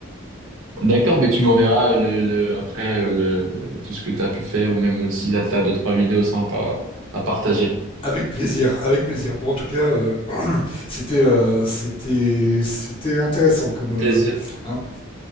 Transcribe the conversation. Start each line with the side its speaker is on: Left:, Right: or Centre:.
Right: d'accord, mais tu m'enverras le, le, après euh, le, le- tout ce que t'as pu faire ou même si t'as t'as deux trois vidéos sympas à partager.
Left: Avec plaisir, avec plaisir. Bon, en tout cas, euh, c'était, euh, c'était, c'était intéressant comme,
Right: Au plaisir.
Left: euh, hein.